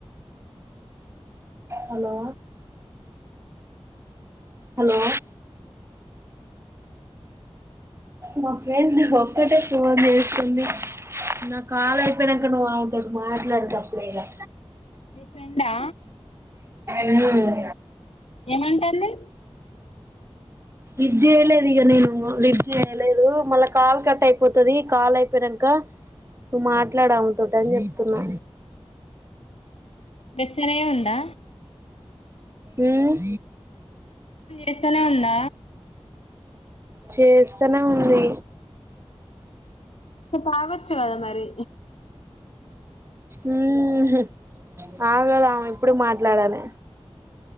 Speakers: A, on the right; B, on the left.
A: హలో హలో మా ఫ్రెండ్ ఒక్కటే ఫోన్ చేస్తుంది నా కాల అయిపోయినంక నువ్వు ఆ మాట్లాడేట్పుడే గా
B: మీ ఫ్రెండా
A: నెల్లూరు లో
B: ఏమంటుంది
A: లిఫ్ట్ జేయలేదు ఇగ నేను లిఫ్ట్ చేయలేదూ మళ్ళ కాల్ కట్ అయిపోతది, కాల్ అయిపోయినంకా నువ్వు మాట్లాడు ఆమె తోటి అని చెప్తున్నా
B: గట్లనే ఉందా
A: ఉమ్
B: ఎత్తనే ఉన్న
A: చేస్తానే ఉంది
B: కా పవచ్చు కాద మరి
A: ఉ హు ఆగదు ఆమె ఇప్పుడు మాట్లాడాలి